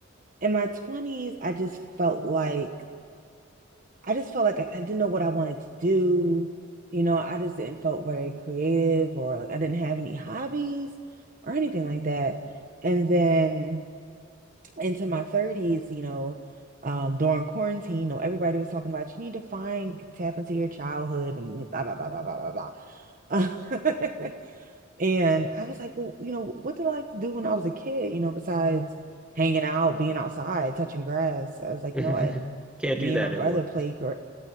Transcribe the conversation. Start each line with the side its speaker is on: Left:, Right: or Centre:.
Right: in my 20s, I just felt like I just felt like I, I didn't know what I wanted to do. You know, I just didn't felt very creative or like I didn't have any hobbies or anything like that. And then into my 30s, you know, um, during quarantine, you know, everybody was talking about you need to find tap into your childhood and blah blah blah blah blah blah blah. <laughs> And I was like, well, you know, what did I like to do when I was a kid, you know, besides hanging out, being outside, touching grass? I was like,
Centre: <laughs>
Right: you know what?
Centre: Can't
Right: Me
Centre: do that
Right: and my
Centre: no
Right: brother
Centre: more.
Right: played gr